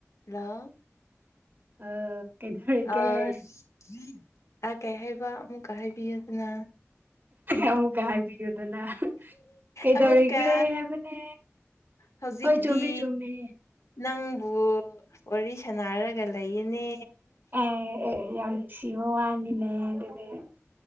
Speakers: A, on the left; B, on the right.
A: Hello
B: ꯑ ꯀꯩꯗꯧꯔꯤꯒꯦ
A: ꯑꯁ ꯑꯥ ꯀꯩ ꯍꯥꯏꯕ ꯑꯃꯨꯛꯀ ꯍꯥꯏꯕꯤꯌꯨꯗꯅ
B: ꯑꯃꯨꯛꯀ ꯍꯥꯏꯕꯤꯌꯨꯗꯅ ꯀꯩꯗꯧꯔꯤꯒꯦ
A: ꯑꯃꯨꯛꯀ
B: ꯍꯥꯏꯕꯅꯦ
A: ꯍꯧꯖꯤꯛꯇꯤ
B: ꯍꯣꯏ ꯆꯨꯝꯃꯦ ꯆꯨꯝꯃꯦ
A: ꯅꯪꯕꯨ ꯋꯥꯔꯤ ꯁꯅꯥꯔꯒ ꯂꯩꯌꯦꯅꯦ
B: ꯑꯦ ꯑꯦ ꯌꯥꯝ ꯅꯨꯡꯁꯤꯕ ꯋꯥꯅꯤꯅꯦ ꯑꯗꯨꯗꯤ